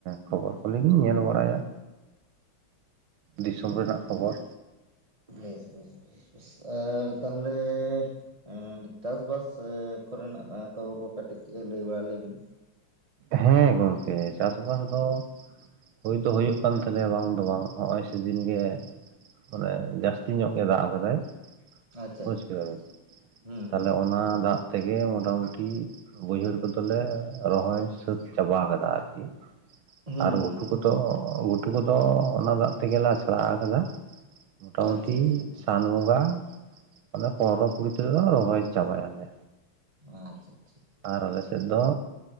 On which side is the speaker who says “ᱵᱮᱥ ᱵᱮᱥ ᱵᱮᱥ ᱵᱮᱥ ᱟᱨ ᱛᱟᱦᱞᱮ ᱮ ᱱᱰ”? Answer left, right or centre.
Right